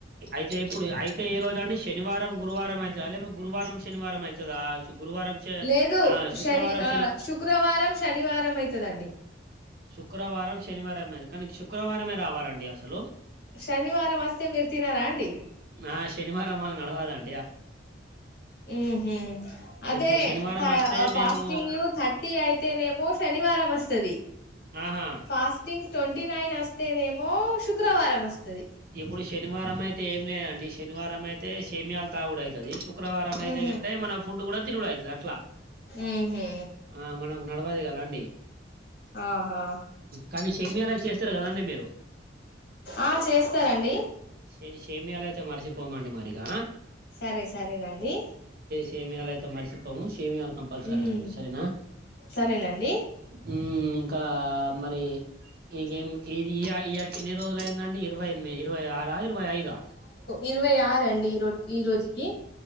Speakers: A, on the right; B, on the left.
A: అయితే ఇప్పుడు అయితే ఈ రోజు దండి శనివారం గురువారం అయితద లేపితే గురువారం శనివారం అయితదా గురువారం చే
B: లేదు
A: ఆ శుక్రవారం
B: శని ఆ శుక్రవారం శనివారం అయితదండి
A: శుక్రవారం శనివారంమే కానీ శుక్రవారమే రావాలండి అసలు
B: శనివారం వస్తే మీరు తినారా అండి
A: ఆ శనివారం మకు నడవాదం
B: మ్ హు అదే
A: ఇప్పుడు శనివారం వస్తే
B: ఫాస్టింగ్
A: మేము
B: థర్టీ అయితేనేమొ శ శనివారం వస్తది
A: ఆహా
B: ఫాస్టింగ్ ట్వంటీ నైన్ వస్తేనేమో శుక్రవారం వస్తది
A: ఇప్పుడు శనివారం అయితే ఏం లేదండి శనివారం అయితే సేమయాాల తాగుడయి ది శుక్రవారం అయితే
B: ఉహు
A: గట్ట ఏమన్న ఫుడ్ కూడా తిినుడయితది అట్లా
B: ఉహు
A: ఆ మనకు నడవదు కదాండి
B: ఆహా
A: కానీ సేమియాలు అయి చేస్తారు కదండి మీరు
B: ఆ చేస్తారండి
A: సే సేమియాాలు అయితే మరిచె పో భో మాండి మరిగా
B: సరే సరేనండి
A: సేమియలయితే మరిసిపోము సేమియలు కంపల్సరీ
B: ఉమ్
A: అండి నా
B: సరేనండి
A: హు ఇంకా మరి ఇం ఇది ఇయ్యాటికి ఎన్ని రోజులైందండి ఎప్ ఇరవై ఇరవై ఆరా ఇరవై ఐదుా
B: ఇరవై ఆరండి ఈరో ఈ రోజుకి